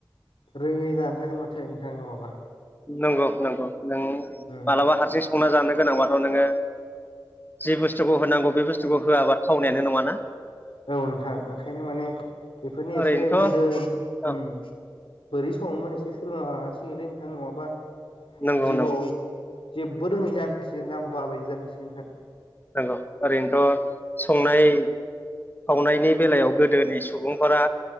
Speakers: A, on the left (about 85°); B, on the left (about 20°).
A: रोङै जानानै थागोन माथो नोंथां नङाबा।
B: नोंगौ नोंगौ नों
A: उम
B: मालाबा हारसिं संना जानो गोनांबाथ' नोङो जि बुस्थुखौ होनांगौ बे बुस्थुखौ होआबा थावनायानो नङाना?
A: औ नोंथां ओंखायनो माने बेफोरनि एसे
B: ओरैनोथ'
A: गोदो उम।
B: औ
A: बोरै सङोमोन एसे सोलोंना लानांसिगोनलै नोंथां नङाबा
B: नंगौ
A: जिउआव
B: नंगौ
A: जेब्बो रोङै जानो थासिगोन जाम्बा बायदि जानो थासिगोन नोंथां।
B: नंगौ ओरैनोथ' संनाय खावनायनि बेलायाव गोदोनि सुबुंफोरा